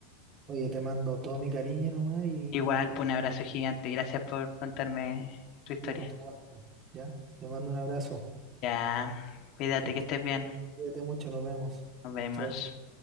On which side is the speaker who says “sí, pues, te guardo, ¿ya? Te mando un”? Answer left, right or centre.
Right